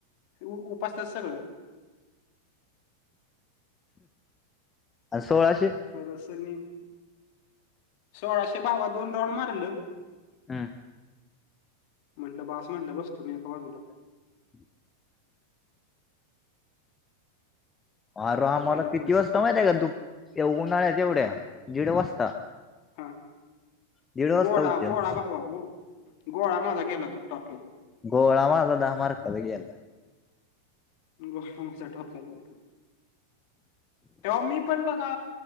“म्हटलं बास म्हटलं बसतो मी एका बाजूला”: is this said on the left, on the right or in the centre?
Left